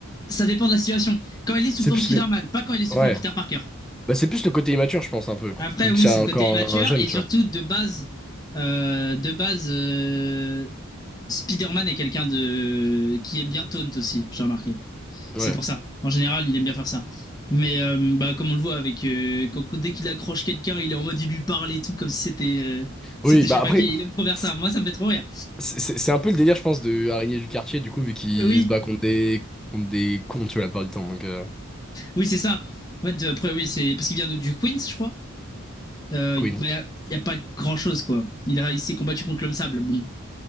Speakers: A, on the left (about 20°); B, in the centre.
A: ça dépend de la situation. Quand il est sous
B: C'est
A: forme
B: plus
A: Spider-Man,
B: le.
A: pas quand il est sous
B: Ouais.
A: forme Peter Parker.
B: Bah, c'est plus le côté immature, je pense, un peu.
A: Après,
B: Vu
A: oui,
B: que c'est
A: c'est
B: encore
A: le côté immature.
B: un, un jeune,
A: Et
B: tu
A: surtout,
B: vois.
A: de base, euh, de base euh, Spider-Man est quelqu'un de... qui aime bien Taunt aussi, j'ai remarqué.
B: Ouais.
A: C'est pour ça. En général, il aime bien faire ça. Mais euh, bah, comme on le voit, avec, euh, quand- quand- dès qu'il accroche quelqu'un, il est en mode, il lui parle et tout, comme si c'était, euh, c'était
B: Oui,
A: je
B: bah
A: sais pas
B: après,
A: qui. Il aime trop faire
B: c'est
A: ça. Moi, ça me fait trop rire.
B: c'est- c'est un peu le délire, je pense, de araignée du quartier, du coup, vu qu'il
A: Oui,
B: se bat contre des, contre des cons, tu vois, la plupart du temps. Donc, euh,
A: oui, c'est ça. En fait, euh, après, oui, c'est parce qu'il vient de- du Queens, je crois. Euh,
B: Queens.
A: bah, Il n'y a, y a pas grand-chose, quoi. Il a, il s'est combattu contre l'homme sable. Bon,